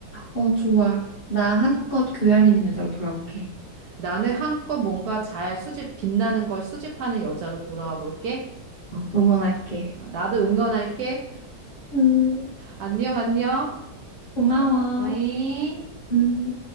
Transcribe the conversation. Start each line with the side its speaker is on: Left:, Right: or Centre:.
Left: 어 좋아. 나 한껏 교양 있는 여자로 돌아올게.
Right: 나는 한껏 뭔가 잘 수집 빛나는 걸 수집하는 여자로 돌아와 볼게.
Left: 어, 응원할게.
Right: 어, 나도 응원할게.
Left: 음,
Right: 안녕, 안녕.
Left: 고마워.
Right: 어이.
Left: 음.